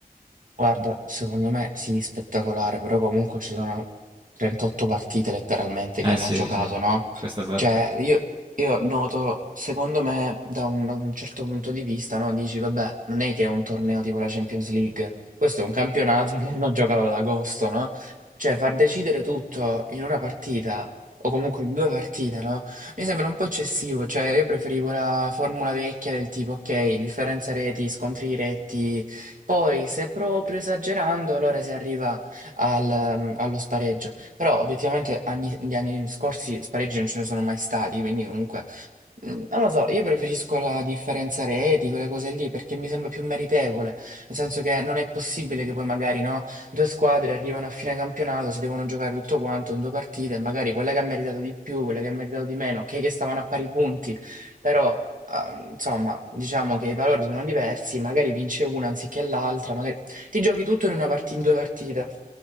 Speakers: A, on the right; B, on the right.
A: Guarda, secondo me sì, spettacolare, però comunque ci sono 38 partite letteralmente
B: Eh
A: che hanno
B: sì,
A: giocato,
B: sì,
A: no?
B: questo è vero.
A: Cioè, io, io noto, secondo me, da un, da un certo punto di vista, no? Dici, vabbè, non è che è un torneo tipo la Champions League, questo è un campionato che hanno giocato ad agosto, no? Cioè, far decidere tutto in una partita, o comunque in due partite, no? Mi sembra un po' eccessivo, cioè io preferivo la formula vecchia del tipo, ok, differenza reti, scontri diretti, poi, se proprio esagerando, allora si arriva al, mm, allo spareggio. Però, obiettivamente, anni- gli anni scorsi spareggi non ce ne sono mai stati, quindi comunque Mm, Non lo so, io preferisco la differenza reti, quelle cose lì, perché mi sembra più meritevole, nel senso che non è possibile che poi magari, no, due squadre arrivano a fine campionato, si devono giocare tutto quanto in due partite, e magari quella che ha meritato di più, quella che ha meritato di meno, ok che stavano a pari punti, però, ah, insomma, diciamo che i valori sono diversi, magari vince una anziché l'altra, magari ti giochi tutto in una parti- in due partite.